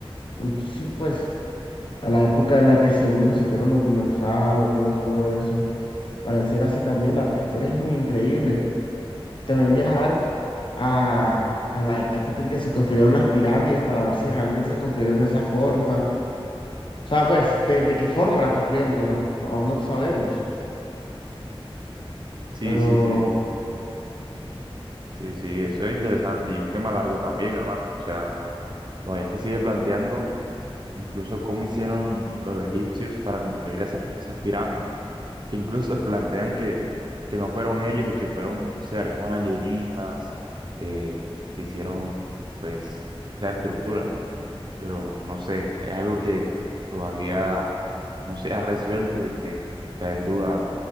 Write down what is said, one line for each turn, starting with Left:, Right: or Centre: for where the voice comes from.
Left: muchísimo, pues, a la época en la que según existieron los dinosaurios, todo eso. Pareciera así también, la prehistoria es muy increíble. También viajar a, a la época en que se construyeron las pirámides para ver si realmente se construyeron de esa forma. O sea, pues, de, de qué forma la construyeron, porque no, no, aún no sabemos.
Right: Sí,
Left: Pero
Right: sí, sí, sí, sí, eso es interesante y un tema largo también, hermano. O sea, todavía se sigue planteando incluso cómo hicieron los egipcios para construir esas, esas pirámides, que incluso <laughs> se plantean que, que no fueron ellos y que fueron, no sé, algunos alienígenas que, que hicieron, pues, esa estructura. Pero no sé, es algo que todavía no se ha resuelto y que está en duda